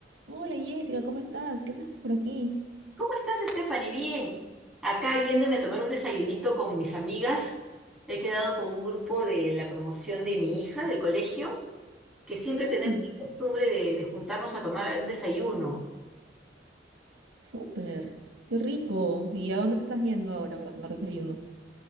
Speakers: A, on the right; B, in the centre.
A: Hola Jessica, ¿cómo estás? ¿Qué haces por aquí?
B: ¿Cómo estás, Stephanie? Bien. Acá yéndome a tomar un desayunito con mis amigas. He quedado con un grupo de la promoción de mi hija del colegio, que siempre
A: Ah,
B: tenemos la costumbre de, de juntarnos a tomar un desayuno.
A: súper, qué rico. ¿Y a dónde se estás yendo ahora para tomar desayuno?